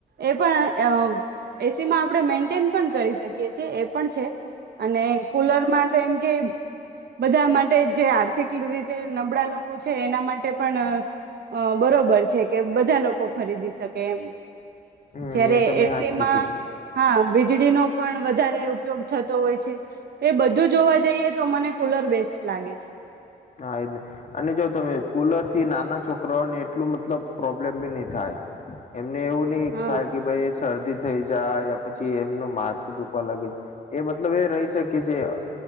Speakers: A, on the right (about 70°); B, on the left (about 45°).
A: એ પણ એસીમાં આપણે મેન્ટેન પણ કરી શકીએ છેએ એ પણ છે, અને કૂલરમાં તો એમ કે બધા માટે જે આર્થિક રીતે નબળા લોકો છે એના માટે પણ અ બરોબર છે કે બધા લોકો ખરીદી શકે એમ.
B: હમ
A: જ્યારે
B: એ તો મેં
A: એસી
B: હાથ ચૂકી
A: માં
B: તું
A: હા. વીજળીનો પણ વધારે ઉપયોગ થતો હોય છે એ બધું જોવા જઈએ તો મને કુલર બેસ્ટ લાગે છે.
B: હા એ અને જો તમે કુલર થી નાના છોકરાઓને એટલું મતલબ પ્રોબ્લેમ બી નહી થાય. એમને એવું નહી
A: હા
B: થાય કે ભાઈ શરદી થ જાય યા પછી એમનો માથ દુખવા લાગી એ મતલબ એ રહી શકે છે અ